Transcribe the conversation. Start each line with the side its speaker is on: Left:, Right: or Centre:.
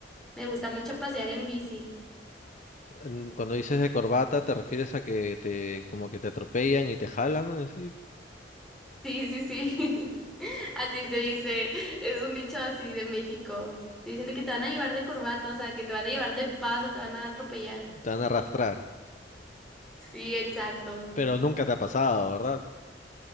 Centre: me gusta mucho pasear en bici.
Left: En- Cuando dices de corbata, ¿te refieres a que te como que te atropellan y te jalan, así?
Centre: Sí, sí, sí. <laughs> Así se dice, es un dicho así de México. Te dicen de que te van a llevar de corbata, o sea, que te van a llevar de paso, te van a atropellar.
Left: Te van a arrastrar.
Centre: Sí, exacto.
Left: Pero nunca te ha pasado, ¿verdad?